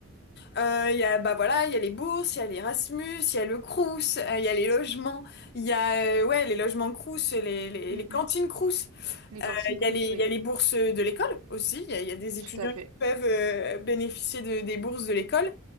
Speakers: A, on the left (about 50°); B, on the right (about 85°).
A: Euh, Il y a, bah voilà, il y a les bourses, il y a l'Erasmus, il y a le Crous, euh, il y a les logements, il y a euh, ouais, les logements Crous, les, les,
B: mm,
A: les cantines
B: mm,
A: Crous,
B: les cantines
A: Euh, il
B: crous,
A: y a les, il
B: oui,
A: y a les bourses de l'école aussi, il y a, il y a des étudiants
B: tout à fait.
A: qui peuvent euh, bénéficier de, des bourses de l'école.